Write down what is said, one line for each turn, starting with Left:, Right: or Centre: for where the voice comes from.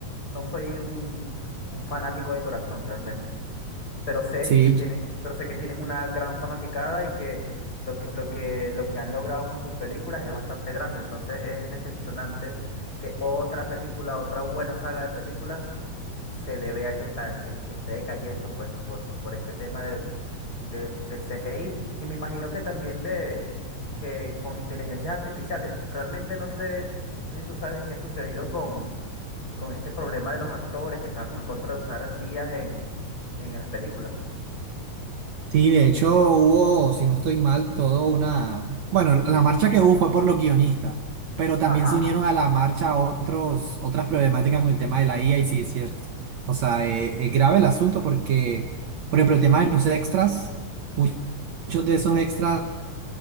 Left: no soy un, un fanático de corazón realmente. pero sé
Right: Sí,
Left: que tienen, pero sé que tienen una gran fanaticada y que lo que, lo que, lo que han logrado con sus películas es bastante grande. Entonces es decepcionante que otra película, otra buena saga de películas, se le vea que está, que, que esté decayendo, pues, por, por este tema del, de- del CGI. Y me imagino que también de que con inteligencias artificiales. Realmente no sé, no sé si tú sabes qué ha sucedido con, con este problema de los actores que estaban en contra de usar IAs en, en las películas.
Right: Sí, de hecho hubo, si no estoy mal, todo una... Bueno, la marcha que hubo fue por los guionistas, pero también
Left: Ajá.
Right: se unieron a la marcha otros, otras problemáticas con el tema de la IA y sí, es cierto. O sea, eh, es grave el asunto porque, por ejemplo, el tema de los extras, mu- muchos de esos extras